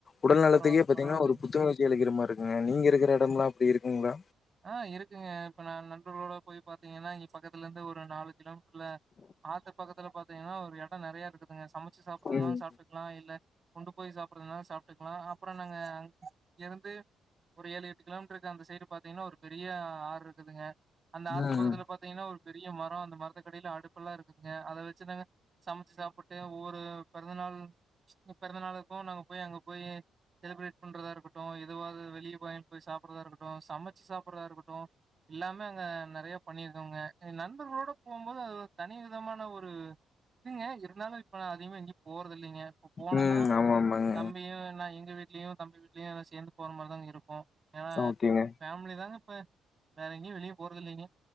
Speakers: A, on the left; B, on the right.
A: உடல் நலத்துக்கே
B: பரவால்ல,
A: பாத்தீங்கன்னா
B: பரவால்லைங்க.
A: ஒரு புத்துணர்ச்சி அளிக்கிற மாதிரி இருக்குங்க நீங்க இருக்கிற இடம் எல்லாம் போயிருக்கீங்களா
B: ஆஹ் இருக்குங்க இப்ப நான் நண்பர்களோட போய் பார்த்தீங்கன்னா இங்க பக்கத்துல இருந்து ஒரு நாலு கிலோ மீட்டர் ல ஆத்து பக்கத்துல பாத்தீங்கன்னா ஒரு இடம் நிறைய இருக்குதுங்க சமைச்சு சாப்பிறதுன்னாலும்
A: ம்
B: சாப்பிட்டுக்கலாம் இல்ல கொண்டு போய் சாப்பிடறதுனாலு சாப்பிட்டுக்கலாம் அப்புற என்னங்க அங்கே இருந்து ஒரு ஏழு எட்டு கிலோமீட்டருக்கு அந்த சைடு பார்த்து பாத்தீங்கனா ஒரு பெரிய ஆறு இருக்குதுங்க அந்த ஆத்து
A: ம்
B: பக்கத்துல பாரத்தீங்கன்னா ஒரு பெரிய மரம் அந்த மரம் இந்த கடைல அடுப்பல்லாம் இருக்குங்க அத வச்சு தாங்க சமைச்சு சாப்பிட்டு ஒவ்வொரு பிறந்தநாள் ச்சு உங்க பிறந்தநாளுக்கும் நாங்க போய் அங்க போய் செலிபேரேட் பண்ணறதாக இருக்கட்டும் இதுவாது வெளிய வாங்கி சாப்றதாக இருக்கட்டும் சமைச் <unintelligible> ப்புற இருக்கட்டும் எல்லாமே அங்கே நிறைய பண்ணியிருகோங்க நண்பர்களோடு போம்போது அது ஒரு தனி விதமான ஒரு இதுங்க இருந்தாலும் இப்போ நான் அதிகமாக எங்கேயே போறதில்லைங்க இப்ப போனனா
A: ம் ஆமா ஆமாங்க
B: தம்பியும் ந எங்க வீட் லேயும் தம்பி வீட்லேயும் சேர்ந்து போற மாரிதாங்க இருக் <unintelligible>
A: ஓகேங்க
B: ஃபேமிலி தாங்க இப்ப வேற எங்கேயும் வெளிய போறதில்லைங்க